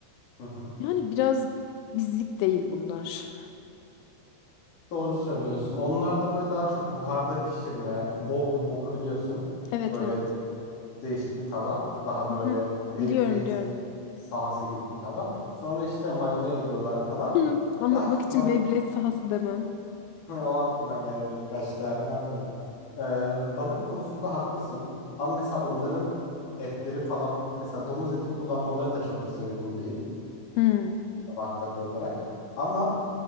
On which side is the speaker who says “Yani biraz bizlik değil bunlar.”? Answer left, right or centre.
Left